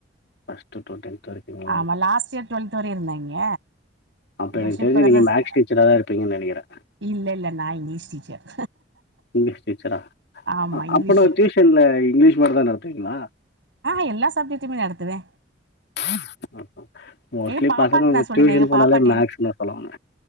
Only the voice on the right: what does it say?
ஆமா லாஸ்ட் இயர் டுவெல்த் வரையு இருந்தாய்ங்க
மோஸ்லி
இப்பதான
ச
இல்ல இல்ல நா இங்க்லீஷ் டீச்சர்
ஆமா
இங்கிலீஷு
ஆ ஹா எல்லா சப்ஜெட்டுமே நடத்துவே
எக பாப்பாக்கு
நா சொல்லுதே
எங்
பாப்பா டென்த்